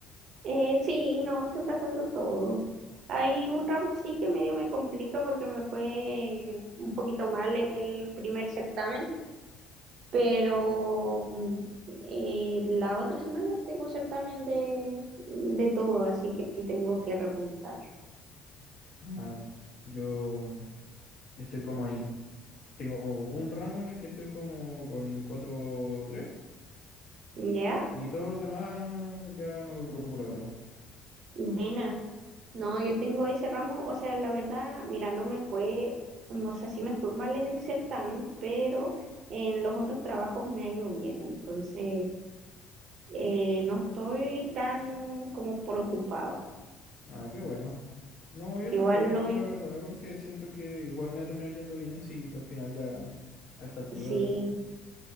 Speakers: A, on the right; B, on the left.
A: Eh, sí, no, estoy pasando todo. Hay un ramo sí que medio me complica porque me fue un poquito mal en el primer certamen, pero mm, eh, la otra semana tengo certamen de, de todo, así que tengo que repuntar.
B: Ah, yo estoy como ahí. Tengo o- un ramo en el que estoy como con 4 tres
A: ¿Ya?
B: y todos los demás ya no me preocupo, la verdad.
A: Buena. No, yo tengo ese ramo, o sea, la verdad, mira, no me fue, o sea, sí me fue mal en el certamen, pero en los otros trabajos me ha ido bien, entonces... Eh, no estoy tan como preocupada.
B: Ah, qué bueno. No, yo
A: Igual
B: tampoco,
A: lo,
B: la verdad, porque siento que igual me va a terminar yendo bien si al final ya a esta altura...
A: sí,